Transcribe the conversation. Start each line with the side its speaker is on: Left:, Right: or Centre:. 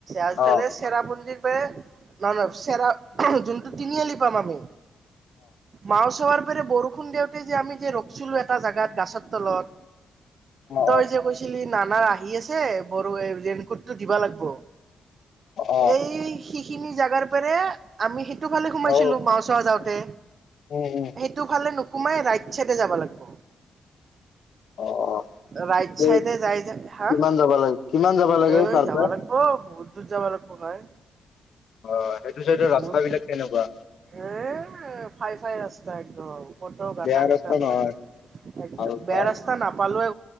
Right: আজফালে
Left: অ অ
Right: ছেৰাপুঞ্জীৰ নহয় চেৰা যোনটো তিনিআলি পাম আমি মাছোৱাৰ বৰষুণ দিয়ক তে যে আমি যে ৰখিছিলোঁ এটা জেগাত গাছৰ তলত
Left: অ
Right: তইজে কৈছিলি নানা আহি আছে বৰ ৰেনকোটটো দিবা লাগব
Left: অ অ
Right: এই শ খিনি জাগাৰ পৰা আমি সটো ফালে সোমাইছিলো
Left: অ
Right: মাওচৰা যাওঁতে
Left: উম উম
Right: সেইটো ফালে ন সোমাই ৰাইট চাইডে যাব লাগিব।
Left: অ অ
Right: ৰাইট চাইডে
Left: এই
Right: যাই যাই হা
Left: কিমান যাবা লাগে কিমান যাবা লাগে
Right: এ
Left: তাৰ
Right: যাব
Left: পৰা
Right: লাগিব বহুত <unintelligible> ভাই।
Left: অ সেইটো চাইডৰ
Right: বহুত
Left: ৰাস্তা বিলাক কেনেকুৱা
Right: এ ফাই ফাই আছে <unintelligible> কতো গাটা
Left: বেয়া
Right: গোটা
Left: ৰাস্তা
Right: নই
Left: নহয়
Right: এক
Left: ভাল
Right: বেয়া
Left: ভাল
Right: ৰাস্তা নাপালো এ।